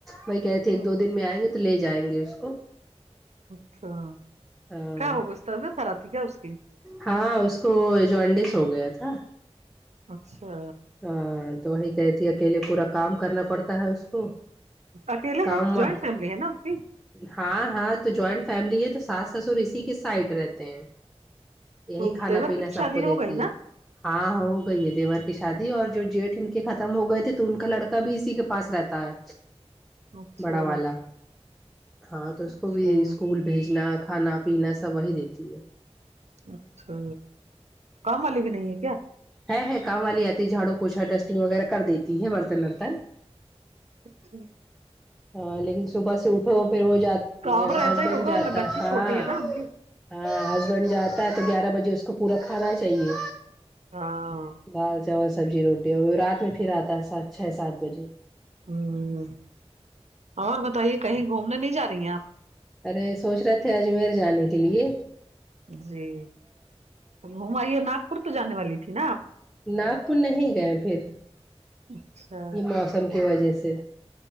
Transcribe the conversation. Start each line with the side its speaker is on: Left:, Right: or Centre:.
Centre: وہی کہے تھے
Right: ہوں،
Centre: ایک دو دن میں آئیں گے تو لے جائیں گے اس کو
Right: اچھا
Centre: ہاں
Right: کیا ہوا اس ط طبعیت خراب تھی کیا اس کی
Centre: ہاں اس کو جوانینڈس ہو گیا تھا
Right: اچھا
Centre: ہاں تو وہی کہتی اکیلے پورا کام کرنا پڑتا ہے اس کو
Right: اکیلے
Centre: کام
Right: ہیں جوائنٹ فیملی ہے نا ان کی
Centre: ہاں ہاں تو جوائنٹ فیملی ہے تو ساس سسر اسی کے سائڈ رہتے ہیں یہی
Right: تو
Centre: کھانا
Right: دیور
Centre: پینا
Right: کی تو شادی
Centre: سب کو
Right: ہو
Centre: دیتی
Right: گئی نا
Centre: ہے ہاںاں ہو گئی ہے دیور کی شادی اور جو جیٹ ان کے ختم ہو گئے تھے تو ان کا لڑکا بھی اسی کے پاس رہتا ہے
Right: اچھا
Centre: بڑا والا ہاں تو اس
Right: اچھا
Centre: کو بھی اسکول بھیجنا کھانا پینا سب وہی دیتی ہے
Right: اچھا کام والی بھی نہیں ہے کیا
Centre: ہے ہے کام والی آتی ہے جھاڑوں پوچا ڈسٹنگ وغیرہ کر دیتی ہے برتن ورتن
Right: اچھا
Centre: ہاں لیکن صبح سے اٹھو پھر وہ جات
Right: کام رہتا
Centre: ہسبینڈ
Right: ہی ہوگا
Centre: جاتا
Right: بچی
Centre: ہاں
Right: چھوٹی ہے نا ان کی
Centre: ہاں ہسبینڈ جاتا ہے تو گیارہ بجے اس کو پورا کھانا چاہیے
Right: ہاں
Centre: دال چاول سبزی روٹی اور رات میں پھر آتا ہے سات چھ سات بجے
Right: ہم اور بتائیے کہیں گھومنے نہیں جا رہی ہیں آپ
Centre: ارے سوچ رہے تھے اجمیر جانے کے لیے
Right: جی ہم یہ ناگپور تو جانے والی تھی نا
Centre: ناگپور نہیں گئے پھر
Right: اچھا
Centre: یہ موسم کی وجہ سے